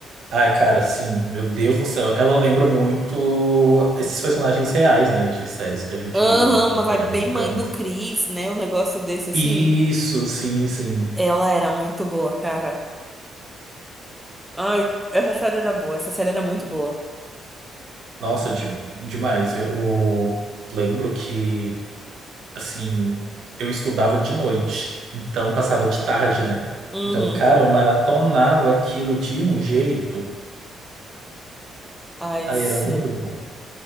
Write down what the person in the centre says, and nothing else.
Aham,
uma vibe
bem mãe do Chris, né? Um negócio desse assim.
Ela era muito boa, cara. Ai, essa série era boa, essa série era muito boa.
Uhum.
Ai,
sim.